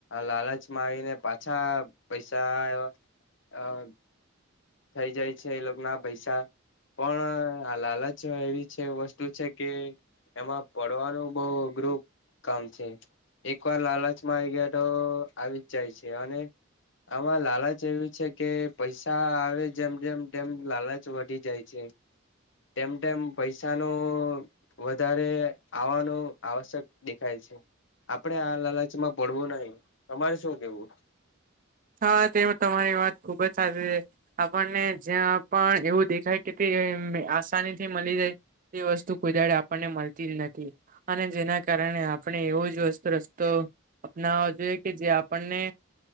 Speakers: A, on the left; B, on the right.
A: લાલચમાં આવીને પાછા પૈસા એવા હા. થઈ જાય છે એ લોકો ના પૈસા પણ આ લાલચ એવી છે વસ્તુ છે કે એમાં પડવાનું બવ અઘરું કામ છે. એક વાર લાલચ માં આવી ગયા તો આવી જ જાય છે અને આમાં લાલચ એવું છે કે પૈસા આવ જેમ જેમ ડેમ લાલચ વઢી જાય છે. તેમ તેમ પૈસાનું વધારે આવવાનું આવશ્યક દેખાય છે. આપડે આ લાલચમાં પડવું નહી તમારે શું કેવું?
B: હા તે તમારી વાત ખુબ જ સાચી છે. આપણને જ્યાં પણ એવું દેખાય કે તે આસાની થી મળી જાય તે વસ્તુ કોઈ દાડે આપણને મળતી જ નથી. અને જેના કારણે આપણે એવું જ વસ્તુ રસ્તો અપનાવ જોઈએ કે જે આપણને